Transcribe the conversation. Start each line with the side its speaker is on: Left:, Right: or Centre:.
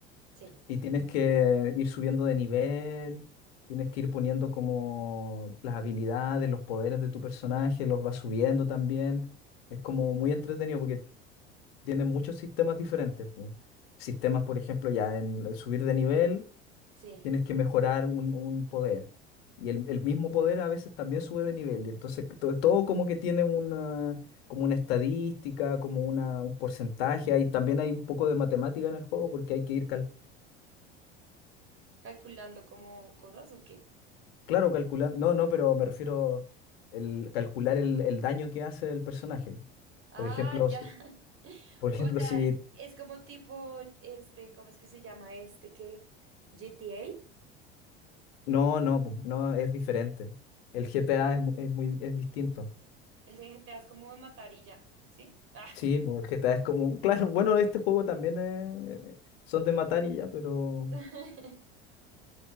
Right: Sí,
Left: Y tienes que ir subiendo de nivel, tienes que ir poniendo como las habilidades, los poderes de tu personaje, los vas subiendo también. Es como muy entretenido porque tiene muchos sistemas diferentes. pues. Sistemas, por ejemplo, ya en el subir de nivel,
Right: sí.
Left: tienes que mejorar un, un poder. Y el, el mismo poder a veces también sube de nivel. Y entonces to- todo, como que tiene una, como una estadística, como una, un porcentaje. Hay, también hay un poco de matemática en el juego porque hay que ir calculando
Right: ¿Calculando como cosas o qué?
Left: Claro, calcular, no, no, pero me refiero el calcular el, el daño que hace el personaje.
Right: Ah,
Left: Por ejemplo,
Right: ya.
Left: si-
Right: <laughs>
Left: por ejemplo,
Right: O sea,
Left: si
Right: es como tipo, este, ¿cómo es que se llama este que GTA?
Left: no, no, po, no es diferente. El GTA es, mu- es muy es distinto.
Right: El de GTA es como de matar y ya, ¿sí? Ah.
Left: Sí, po, el GTA es como, <laughs> claro, bueno, este juego también es- son de matar y ya, pero
Right: <laughs>